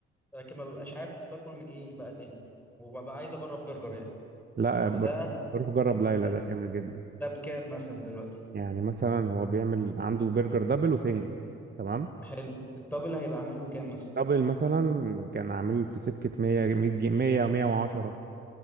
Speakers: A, in the centre; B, on the right.
A: لكن ما ببقاش عارف انا باكل من ايه بقى تاني وببقى عايز اجرب برجر يعني
B: لا بر-
A: فده
B: بروح اجرب ليلى
A: ده,
B: ده جامد جدا
A: ده بكام مثلا دلوقتي
B: يعني مثلا هو بيعمل عنده برجر دبل وسنجل تمام
A: حلو الدبل هيبقى عامل له كام مثلا
B: دبل مثلا كان عامل في سكة 100 100 جنيه 100 و110